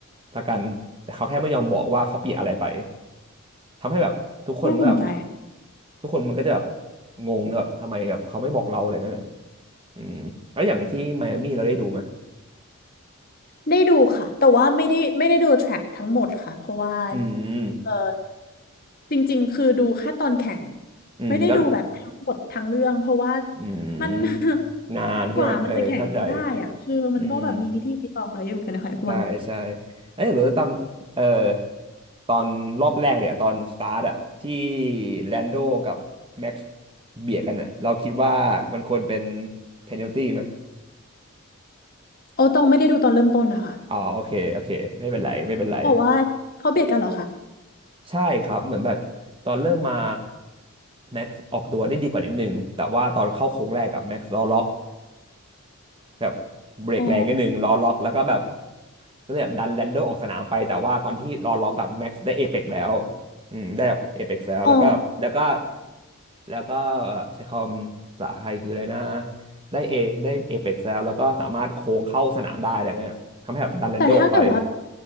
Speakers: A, on the right; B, on the left.
A: ละกันแต่เขาแค่ไม่ยอมบอกว่าเขาเปลี่ยนอะไรไปทำให้แบบทุกคนมันก็แบบ
B: น่าสนใจ
A: ทุกคนมันก็จะแบบงงนะแบบทำไมแบบเขาไม่บอกเราอะไรเงี้ยนะอืมแล้วอย่างที่ไมอามี่เราได้ดูไหม
B: ได้ดูค่ะแต่ว่าไม่ได้ไม่ได้ดูแทร็กทั้งหมดค่ะเพราะว่า
A: อืม
B: เออจริงๆคือดูแค่ตอนแข่ง
A: อืมแล้ว
B: ไม่ได้ดูแบบทั้งหมดทั้งเรื่องเพราะว่า
A: อื
B: มัน <laughs>
A: มนานใช่ไหมเออเข้าใจ
B: กว่ามันจะแข่งกันได้อะคือมันก็แบบมีพิธีรีตองอะไรเยอะเหมือนกันนะคะเอฟวัน
A: อืม ใช่ใช่เอ้ยหรือตอนเอ่อตอนรอบแรกเนี่ยตอนสตาร์ทอะที่แลนโดกับแม็กซ์เบียดกันอะเราคิดว่ามันควรเป็นเพนัลตี้ไหม
B: โอ้ตองไม่ได้ดูตอนเริ่มต้นนะคะ
A: อ๋อโอเคโอเคไม่เป็นไรไม่เป็นไร
B: แต่ว่าเขาเบียดกันเหรอคะ
A: ใช่ครับเหมือนแบบตอนเริ่มมาแม็กซ์ออกตัวได้ดีกว่านิดนึงแต่ว่าตอนเข้าโค้งแรกกับแม็กซ์ล้อล็อกแบบเบรกแรงนิดนึงล้อล็อกแล้วก็แบบ
B: อ๋อ
A: ก็เลยแบบดันแลนโดออกสนามไปแต่ว่าตอนที่รอล็อกกับแม็กซ์ได้เอเปกแล้วอืมได้แบบเอเปกแล้วแล้วก็แล้วก็
B: อ๋อ
A: แล้วก็เอ่อใช้คำภาษาไทยคืออะไรนะได้เอได้เอเปกแล้วแล้วก็สามารถโค้งเข้าสนามได้อะไรเงี้ยทำให้แบบดันแลนโดออกไป
B: แต่ถ้าเกิดว่า